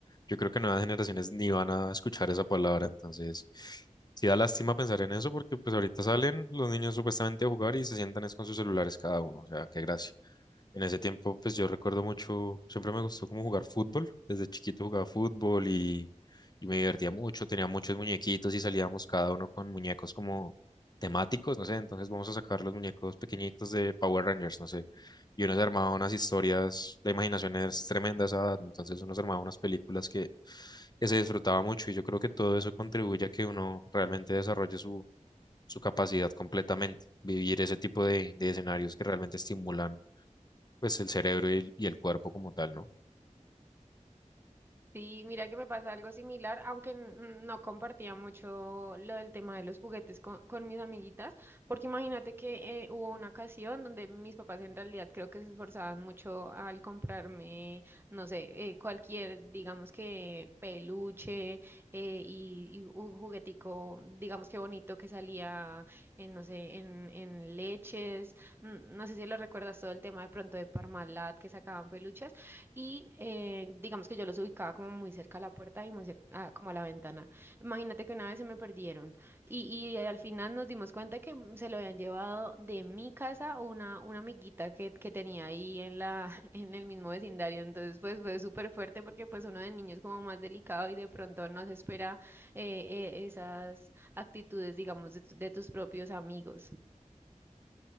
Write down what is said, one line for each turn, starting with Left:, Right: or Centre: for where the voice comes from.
Left: yo creo que nuevas generaciones ni van a escuchar esa palabra, entonces sí da lástima pensar en eso, porque pues ahorita salen los niños supuestamente a jugar y se sientan es con sus celulares cada uno, o sea, qué gracia. En ese tiempo, pues yo recuerdo mucho, siempre me gustó como jugar fútbol. Desde chiquito jugaba fútbol y, y me divertía mucho. Tenía muchos muñequitos y salíamos cada uno con muñecos como temáticos, no sé. Entonces vamos a sacar los muñecos pequeñitos de Power Rangers, no sé. Y uno se armaba unas historias, la imaginación es tremenda a esa edad. Entonces uno se armaba unas películas que, que se disfrutaba mucho. Y yo creo que todo eso contribuye a que uno realmente desarrolle su, su capacidad completamente. Vivir ese tipo de, de escenarios que realmente estimulan pues el cerebro y el, y el cuerpo como tal, ¿no?
Right: Sí, mira que me pasa algo similar, aunque n- no compartía mucho lo del tema de los juguetes con, con mis amiguitas, porque imagínate que eh, hubo una ocasión donde mis papás en realidad creo que se esforzaban mucho al comprarme, no sé, eh, cualquier, digamos que peluche eh, y, y un juguetico, digamos que bonito que salía en, no sé, en, en leches, n- no sé si lo recuerdas todo el tema de pronto de Parmalat que sacaban peluches. Y eh, digamos que yo los ubicaba como muy cerca a la puerta y muy cerca, ah, como a la ventana. Imagínate que una vez se me perdieron y, y al final nos dimos cuenta que m- se lo habían llevado de mi casa una, una amiguita que, que tenía ahí en la, <laughs> en el mismo vecindario. Entonces pues fue súper fuerte porque pues uno de niño es como más delicado y de pronto no se espera eh, eh, esas actitudes, digamos, de, tu- de tus propios amigos.